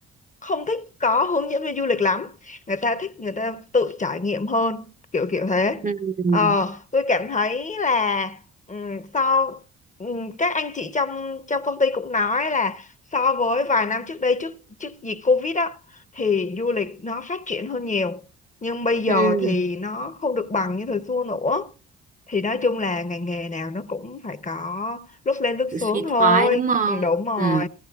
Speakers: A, on the left; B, on the right.
A: không thích có hướng dẫn viên du lịch lắm người ta thích người ta tự trải nghiệm hơn kiểu kiểu thế
B: ừ
A: ờ, tôi cảm thấy là ừm, so ừm, các anh chị trong trong công ty cũng nói là so với vài năm trước đây trước trước dịch Covid á thì du lịch nó phát triển hơn nhiều nhưng bây giờ
B: ừ
A: thì nó không được bằng như thời xưa nữa thì nói chung là ngành nghề nào nó cũng phải có lúc lên lúc
B: Sự suy
A: xuống thôi
B: thoái đúng không
A: Ừ, đúng rồi
B: ừ